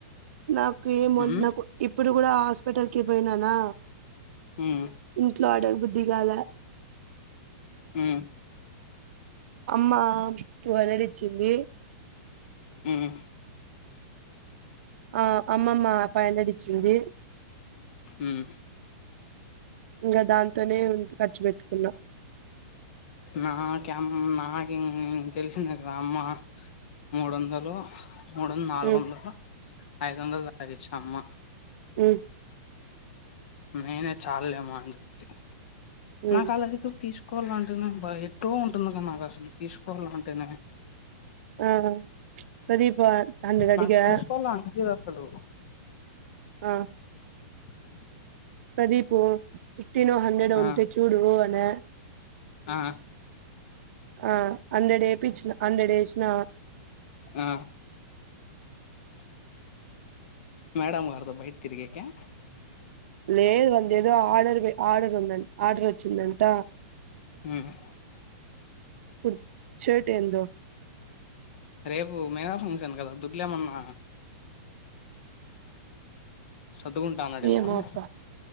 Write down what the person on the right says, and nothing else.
నాకు ఏమో
నాకు ఇప్పుడు కూడా హాస్పిటల్కి పోయినానా
ఇంట్లో అడగ బుద్ధిగాల
అమ్మా ట్వివెల్ హండ్రెడ్ డిచ్చింది
ఆ అమ్మమ్మ ఫైవ్ హండ్రెడ్ ఇచ్చింది
ఇంకా దాంతోనే ఖర్చు పెట్టుకున్నా
ఉమ్
ఉ
ఉమ్
ఆ ప్రదీపా హండ్రెడ్ అడిగా
ఆ
ప్రదీప్ ఉమ్ ఫిఫ్టీన్ హండ్రెడ్ ఉంటే
చూడు అనే
ఆ హండ్రెడ్ వేపిచ్చిన హండ్రెడ్ వేసిన
లేదు వన్ ది ఏదో ఆర్డర్ ఆర్డర్ ఉంద ఆర్డర్ వచ్చిందంట
కుర్షర్ట్ ఏందో
ఏమో
అబ్బా